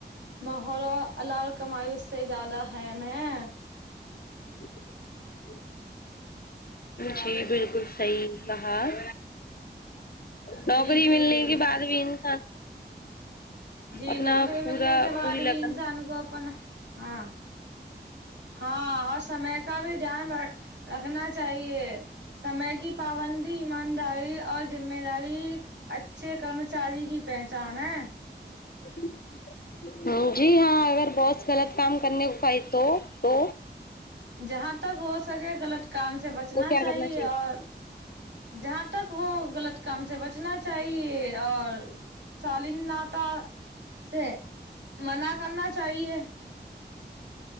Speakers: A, on the right; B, on the left.
A: ماحول اور الار کمائی اس سے زیادہ ہیم ہیں
B: ج جی بالکل صحی رہال نوکری
A: جی جی
B: ملنے
A: جی
B: کے بعد بھی انسان
A: جی
B: اپنا
A: نوکری
B: پورا
A: ملنے کے بعد
B: پوری لگان
A: بھی انسان کو اپن ہاں ہاں اور سمے کا بھی دھیان رکھنا چاہیے سمے کی پابندی ایمانداری اور ذمہ داری اچھے کرمچاری کی پہچان ہے
B: ج ہ جی ہاں اگر بہتس غلط کام کرنے کو کائی تو تو
A: جہاں تک ہو سکے غلط کام سے بچنا
B: تو کیا
A: چاہیے
B: کرنا
A: اور جہاں تک ہو غلط کم سے بچنا چاہیے اور سالین نتا سے منع کرنا چاہیے